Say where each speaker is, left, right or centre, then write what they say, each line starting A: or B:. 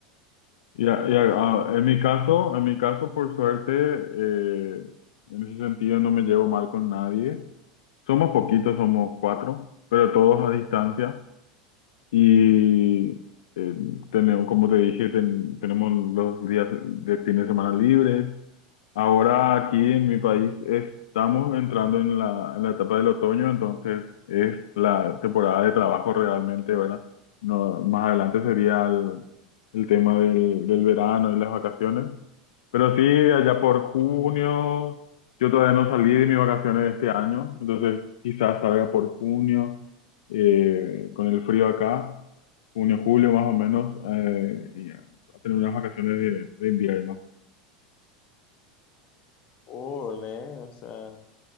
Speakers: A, on the left (about 85°); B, on the left (about 40°).
A: Ya,
B: Sí,
A: ya,
B: no, o sea,
A: ah, en mi caso, en mi caso, por suerte, eh, en ese sentido no me llevo mal con nadie. Somos poquitos, somos cuatro, pero todos a distancia. Y eh, tenemos, como te dije, ten- tenemos los días de fin de semana libres. Ahora aquí en mi país estamos entrando en la, en la etapa del otoño, entonces es la temporada de trabajo realmente, ¿verdad? No, más adelante sería el, el tema del, del verano y las vacaciones. Pero sí, allá por junio,
B: ujú,
A: yo todavía no salí de mis vacaciones este año, entonces quizás salga por junio eh, con el frío acá, junio, julio más o menos, eh, y a tener unas vacaciones de, de invierno.
B: cool, ¿eh? O sea,